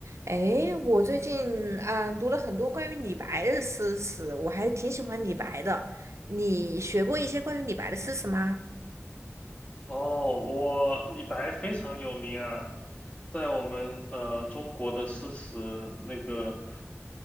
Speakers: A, on the right; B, on the left.
A: 诶，我最近啊、读了很多关于李白的诗词，我还挺喜欢李白的。你学过一些关于李白的诗词吗？
B: 哦，我李白非常有名啊，在我们呃中国的诗词那个